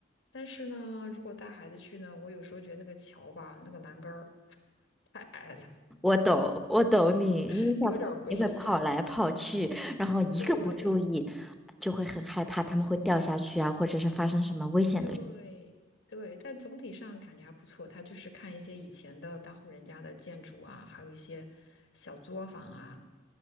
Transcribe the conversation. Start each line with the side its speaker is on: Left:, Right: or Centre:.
Left: 但是呢，如果带孩子去呢，我有时候觉得那个桥吧，那个栏杆儿 <laughs> 太矮了，
Centre: 我懂，我懂你，
Left: <laughs>
Centre: 因为小朋友也会跑来跑去，
Left: 有点儿危险。
Centre: 然后一个不注意
Left: 对
Centre: 就会很害怕，他们会掉下去啊，或者是发生什么危险的。
Left: 对对，但总体上感觉还不错。他就是看一些以前的大户人家的建筑啊，还有一些小作坊啊，